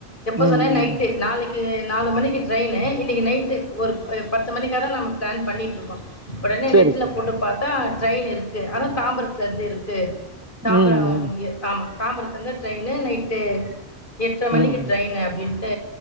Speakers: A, on the left (about 50°); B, on the right (about 15°).
A: எப்ப
B: ம்,
A: சொன்னே நைட்டு
B: ம்.
A: நாளைக் கு நாலு மணிக்கு ட்ரெய்னு இன்னிக்கி நைட்டு ஒரு எ பத்து மணிக்கா தா நம்ம பிளான் பண்ணிட்ருக்கோ ஒடனே
B: சரி,
A: நெட்ல
B: சரி.
A: போட்டு பாத் தா ட்ரெய்ன் இருக்கு அது தாம்பரத்துலருந்து இருக்கு தாம்பரம்
B: ம், ம்,
A: எ ஆமா தாம்பரத்துருந்து ட்ரெய்னு நைட்டு எட்டர மணிக்கு
B: ம், ம்,
A: <unintelligible> அப்டின்ட்டு